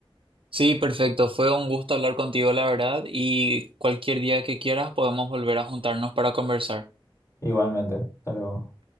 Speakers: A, on the right (about 65°); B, on the left (about 30°).
A: Sí, perfecto. Fue un gusto hablar contigo, la verdad, y cualquier día que quieras podemos volver a juntarnos para conversar.
B: Igualmente, hasta luego.